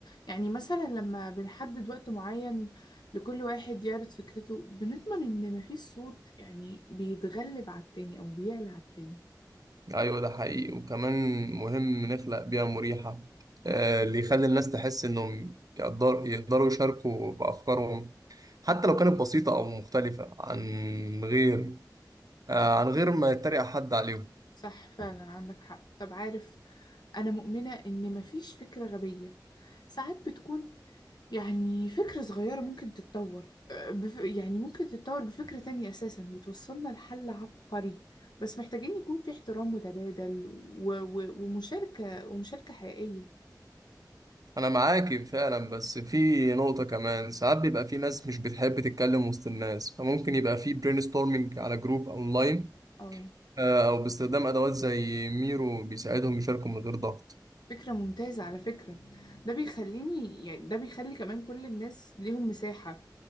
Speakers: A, on the left; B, on the right.
A: يعني مثلا لما بنحدد وقت معين لكل واحد يعرض فكرته بنضمن ان مفيش صوت يعني بيتغلب على التاني او بيعلى على التاني
B: ايوه ده حقيقي وكمان مهم نخلق بيئه مريحه آه، اللي يخلي الناس تحس انهم يقدر يقدروا يشاركوا بافكارهم حتى
A: أو.
B: لو كانت بسيطه او مختلفه عن غير آه، عن غير ما يتريق حد عليهم
A: صح فعلا عندك حق طب عارف أنا مؤمنة إن مفيش فكرة غبية ساعات بتكون يعني فكرة صغيرة ممكن تتطور آه، بف... يعني ممكن تتطور بفكرة تانية أساسا وتوصلنا لحل عبقري بس محتاجين يكون في احترام متبادل و... و... ومشاركة ومشاركة حقيقية
B: انا معاكي فعلا بس في نقطة كمان ساعات بيبقى في ناس مش بتحب تتكلم وسط الناس فممكن يبقى في برين ستورمنج على جروب اونلاين
A: اه
B: آه، او باستخدام ادوات زي ميرو بيساعدهم يشاركوا من غير ضغط
A: فكرة ممتازة على فكرة ده بيخليني يعني ده بيخلي كمان كل الناس ليهم مساحة